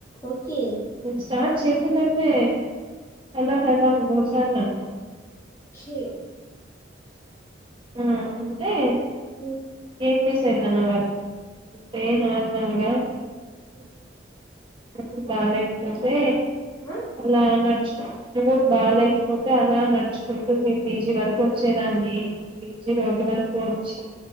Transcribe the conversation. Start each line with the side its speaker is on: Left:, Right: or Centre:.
Left: ఓకే
Right: స్టార్ట్ చేసేలోపే హలో హలో సరేలే
Left: ఛీ
Right: ఆ అంటే
Left: హు
Right: ఏ మిస్ అయితాడాడన్ ఇంతేనాందంగా
Left: మ్మ్
Right: <unintelligible> బాగలేక పోతే
Left: ఆ
Right: అలా నడుచు మూడు బాగలేకపోతే అలా నడుచుకుంటూ మీ పీజీ వరకు వచ్చేదాన్ని పీజీ రోడ్డు వరకు వచ్చి